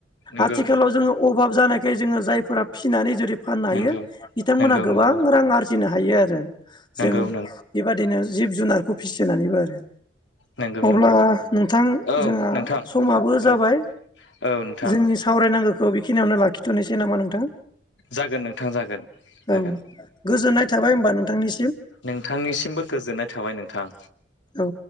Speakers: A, on the left (about 75°); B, on the left (about 25°).
A: नंगौ
B: आथिखालाव
A: नंगौ
B: जोङो अभाब जानायखाय जोङो जायफोरा फिनानै जुदि फाननो
A: नंगौ
B: हायो बिथांमोना
A: नंगौ नंगौ
B: गोबां
A: नंगौ
B: रां आरजिनो हायो आरो जों
A: नंगौ
B: बेबदिनो जिब- जुनार खौ फिसिनानैबो आरो।
A: नंगौ
B: अब्ला
A: नंगौ
B: नोंथां
A: औ
B: जोंहा
A: नोंथां
B: समाबो जाबाय।
A: औ औ नोंथां
B: जोंनि सावरायनांगोखो बेखिनियावनो लाखिथ'नोसै नामा नोंथां?
A: जागोन नोंथां जागोन। जागोन
B: औ गोजोननाय थाबाय होमबा नोंथांनि
A: नोंथांनिसिमबो गोजोननाय थाबाय नोंथां।
B: औ।